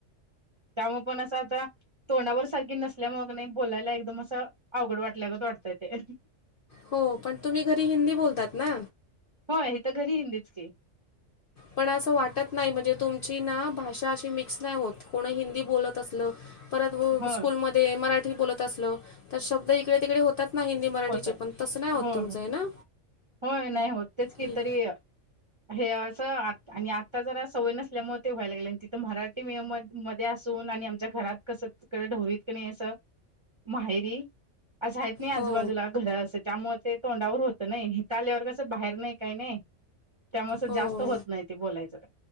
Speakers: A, on the right; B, on the left.
A: त्यामुळे पण असं आता तोंडावर सारखी नसल्या मग नाही बोलायला एकदम असं अवघड वाटल्यागत वाटतय ते
B: हो पण तुम्ही घरी हिंदी बोलतात ना
A: हो आहे तर घरी हिंदीच के
B: पण असं वाटत नाही म्हणजे तुम ना भाषा अशी मिक्स नाही होत कोण हिंदी बोलत असलं पर
A: होय
B: स्कूलमध्ये ते मराठी बोलत असलं तर शब्द इकडे तिकडे होतात नाही हिंदी मराठीचे
A: होतात.
B: पण तसं नाही आत
A: होय
B: तुमचं आहे ना
A: होय नाही होतेच की
B: हे-
A: तरी हे असं आणि आत्ता जरा सवय नसल्यामुळे ते व्हायला लागले आणि तिथं मराठी मियम मध्ये असून आणि आमच्या घरात कस क ढववीत क नाही असं माहेरी अस आहेत नाही
B: हो
A: आजूबाजूला घर असं त्यामुळे ते तोंडावर होत नाही हिता आल्यावर कसं बाहेर नाही काही नाही त्यामुळेस
B: हो
A: जास्त होत नाही ते बोलायचं